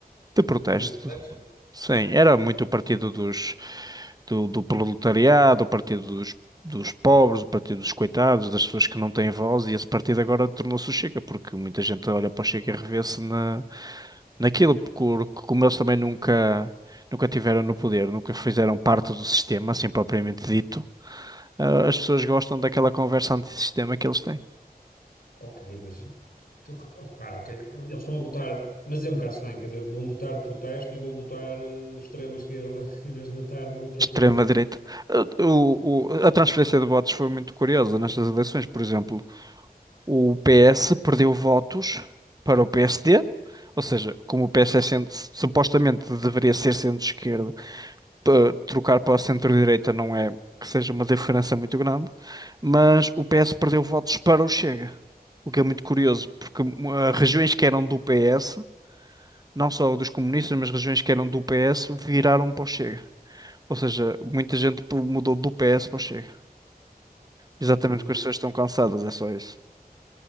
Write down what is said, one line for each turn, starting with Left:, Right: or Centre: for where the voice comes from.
Right: De protesto.
Left: de protesto?
Right: Sim, era muito o partido dos, do, do proletariado, o partido dos, dos pobres, o partido dos coitados, das pessoas que não têm voz, e esse partido agora tornou-se o Chega, porque muita gente olha para o Chega e revê-se na, naquilo, porque como eles também nunca, nunca tiveram no poder, nunca fizeram parte do sistema, assim propriamente dito, ah, as pessoas gostam daquela conversa antissistema que eles têm.
Left: Ok, mas tu repa- repara, ok, eles estão a botar, mas é um bocado estranho, quer dizer, vão botar protesto e vão botar eh, extrema esquerda <laughs> em vez de botar noutra
Right: Extrema-direita.
Left: coisa.
Right: Ah, O, o- a transferência de votos foi muito curiosa nestas eleições. Por exemplo, o PS perdeu votos para o PSD, ou seja, como o PS é centro- supostamente deveria ser centro-esquerda, pa- trocar para a centro-direita não é que seja uma diferença muito grande, mas o PS perdeu votos para o Chega, o que é muito curioso, porque uh, regiões que eram do PS, não só dos comunistas, mas regiões que eram do PS, viraram para o Chega. Ou seja, muita gente pu- mudou do PS para o Chega. Exatamente
Left: Ou seja, não-
Right: porque as pessoas estão cansadas, é só isso.